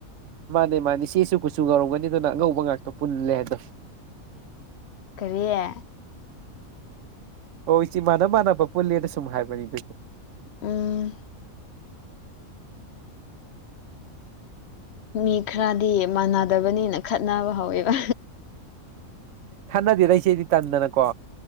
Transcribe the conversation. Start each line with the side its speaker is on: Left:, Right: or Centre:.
Right: ꯃꯥꯅꯦ ꯃꯥꯅꯦ ꯏꯆꯦꯁꯨ ꯀꯨꯆꯨ ꯉꯧꯔꯝꯒꯅꯤ ꯑꯗꯨꯅ ꯑꯉꯧꯕ ꯉꯥꯛꯇꯣ ꯄꯨꯜꯂꯦ ꯍꯥꯏꯗꯣ
Left: ꯀꯔꯤꯌꯦ
Right: ꯍꯣ ꯏꯆꯦ ꯃꯥꯟꯅ ꯃꯥꯟꯅꯕ ꯄꯨꯜꯂꯦꯅ ꯁꯨꯝ ꯍꯥꯏꯕꯅꯤꯗ ꯆ
Left: ꯎꯝ ꯃꯤ ꯈꯔꯗꯤ ꯃꯥꯟꯅꯗꯕꯅꯤꯅ ꯈꯠꯅꯕ ꯍꯧꯋꯦꯕ
Right: ꯈꯠꯅꯗꯦꯗ ꯏꯆꯦꯗꯤ ꯇꯟꯗꯅꯀꯣ